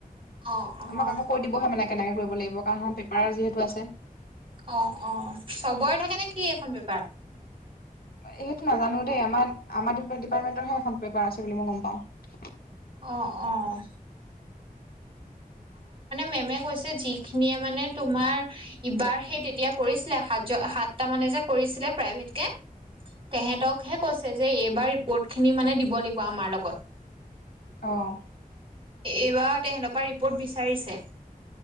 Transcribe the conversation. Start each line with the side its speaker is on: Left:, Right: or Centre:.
Right: অ',
Left: আমাক আকৌ কৈ দিবহে মানে কেনেকে কৰিব লাগিব কাৰণ ধ পেপাৰ যিহেতু আছে।
Right: অ'-অ' চবৰে থাকে নে কি এখন বেপাৰ?
Left: সেইটো নাজানো দেই আমাৰ, আমাৰ তু ডিপাৰটমেণ্টৰ পেপাৰ আছে বুলি মই গম পাও।
Right: অ'-অ'। মেমে কৈছে, যিখিনিয়ে মানে তোমাৰ ইবাৰ সেই তেতিয়া কৰিছিলে সাত সাতটা মানে যে কৰিছিলে, প্ৰাইভেট কে! তেহেতকহে কৈছে যে এই বা ৰিপৰ্ট খিনি মানে দিব লাগিব অমাৰ লগত।
Left: অঁ।
Right: এইবাৰ তে সেন পা কত বিচাৰিছে?